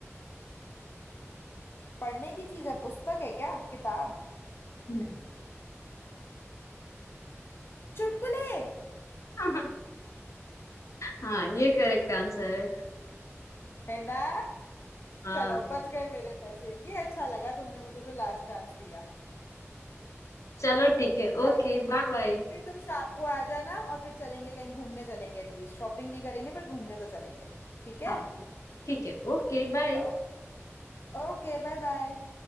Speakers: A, on the left; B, on the left.
A: पढ़ने की चीज है पुस्तक है क्या किताब
B: नहीं
A: चुटकुले
B: <laughs> हाँ ये करेक्ट आंसर है
A: है ना
B: हाँ
A: चलो बच गए मेरे पैसे ये अच्छा लगा तुमने मुझे जो लास्ट चांस दिया
B: चलो ठीक है
A: चलो
B: ओके
A: जी
B: बाय बाय
A: फिर भी तुम शाम को आ जाना और फिर चलेंगे कहीं घूमने चलेंगे एटलीस्ट शॉपिंग नहीं करेंगे पर घूमने तो चलेंगे ठीक है
B: हाँ ठीक है ओके बाय
A: ओ, ओके बाय बाय